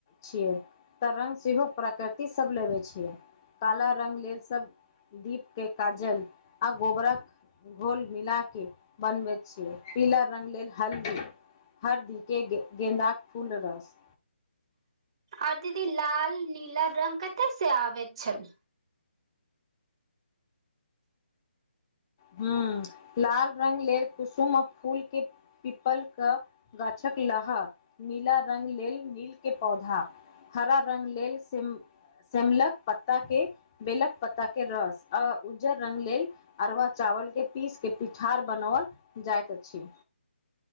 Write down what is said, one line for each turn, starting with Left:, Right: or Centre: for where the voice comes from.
Left: छियै त रंग सेहो प्राकृति सब लेबे छियै काला रंग लेल सब दीपके काजल आ गोबरक घोल मिला के बनबैत छियै पीला रंग लेल हल्दी हरदी के गेंन्दाके फूल रस
Right: आर दीदी लाल नीला रंग कते से आबैत छल।
Left: हू लाल रंग लेल कुसुमक फूल के पीपल क गाछक लहा नीला रङ्ग लेल नीलके पौधा हरा रङ्ग लेल सिम सेमलक पत्ताके बेलक पत्ताके रस आ उज्जर रंग लेल अरबा चावलके पीसके पिठार बनाओल जाइत अछि।